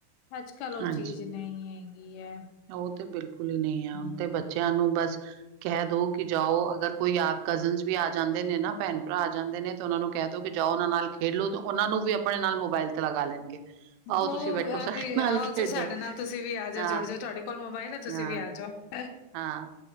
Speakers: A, on the left (about 85°); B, on the right (about 85°).
A: ਅੱਜ ਕੱਲ ਉਹ
B: ਹਾਂਜੀ
A: ਚੀਜ਼ ਨਹੀਂ ਹੈਗੀ ਹੈ
B: ਉਹ ਤੇ ਬਿਲਕੁਲ ਹੀ ਨਹੀਂ ਹੈ। ਹੁਣ
A: ਹਮ।
B: ਤੇ ਬੱਚਿਆਂ ਨੂੰ ਬਸ। ਕਹਿ ਦੋ ਕਿ ਜਾਓ ਅਗਰ ਕੋਈ ਆਪ ਕਜ਼ਨ ਵੀ ਆ ਜਾਂਦੇ ਨੇ ਨਾ ਭੈਣ ਭਰਾ ਆ ਜਾਂਦੇ ਨੇ। ਤੇ ਉਹਨਾਂ ਨੂੰ ਕਹਿ ਦੋ ਕਿ ਜਾਓ ਉਹਨਾਂ ਨਾਲ ਖੇਡੋ ਤੇ ਉਹਨਾਂ ਨੂੰ ਵੀ ਆਪਣੇ ਨਾਲ ਮੋਬਾਇਲ ਤੇ ਲਗਾ ਲੈਣਗੇ। ਆਓ
A: ਹੋ
B: ਤੁਸੀਂ ਬੈਠੋ
A: ਹ
B: ਸਾਡੇ ਨਾਲ
A: ਆਹੋ
B: ਖੇਡੋ
A: ਸਾਡੇ ਨਾਲ ਤੁਸੀਂ ਵੀ ਆ ਜਾਓ
B: ਹਾਂ
A: ਜੁੜ ਜਾਓ ਤੁਹਾਡੇ ਕੋਲ ਮੋਬਾਇਲ ਆ ਤੁਸੀਂ
B: ਹਾਂ
A: ਵੀ ਆ ਜਾਓ।
B: ਹਾਂ